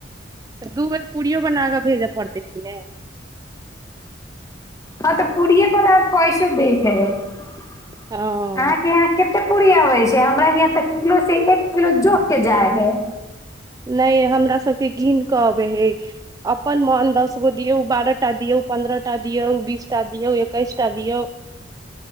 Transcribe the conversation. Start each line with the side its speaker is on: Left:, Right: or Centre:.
Right: तऽ दू बेर पूड़ियो बना कऽ भेज पड़तै कि नै
Left: हँ तऽ पूड़िये पर आ पैसो दै है <inaudible>
Right: हँ
Left: अहाँकेँ यहाँ कते पूड़ी आबै छै हमरा यहाँ तऽ किलो से एक किलो जोक कऽ जाइ है
Right: नै हमरा सब कऽ गिन कऽ अबे है अपन मन दस गो दियौ बारह टा दियौ पन्द्रह टा दियौ बीस टा दियौ एकैस टा दियौ